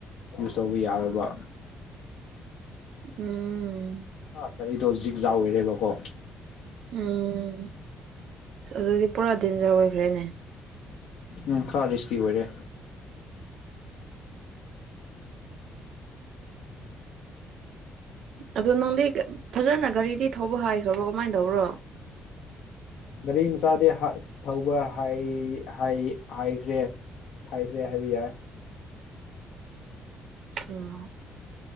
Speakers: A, on the left; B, on the right.
A: ꯌꯨꯁ ꯇꯧꯕ ꯌꯥꯔꯣꯏꯕ
B: ꯎꯝ
A: ꯑ ꯀꯔꯤꯗꯣ ꯖꯤꯛ ꯌꯥꯎꯔꯦꯕꯀꯣ
B: ꯎꯝ ꯑꯁ ꯑꯗꯨꯗꯤ ꯄꯨꯔꯥ ꯗꯦꯟꯖꯔ ꯑꯣꯏꯈ꯭ꯔꯦꯅꯦ
A: ꯎꯝ ꯈꯔ ꯔꯤꯁꯀꯤ ꯑꯣꯏꯔꯦ
B: ꯑꯗꯣ ꯅꯪꯗꯤ ꯐꯖꯅ ꯒꯥꯔꯤꯗꯤ ꯊꯧꯕ ꯍꯩꯈ꯭ꯔꯕꯣ ꯀꯃꯥꯏꯅ ꯇꯧꯕ꯭ꯔꯣ
A: ꯒꯥꯔꯤ ꯃꯆꯥꯗꯤ ꯊꯧꯕ ꯍꯩ ꯍꯩ ꯍꯩꯈ꯭ꯔꯦ ꯍꯩꯈ꯭ꯔꯦ ꯍꯥꯏꯕ ꯌꯥꯏ
B: ꯑꯣ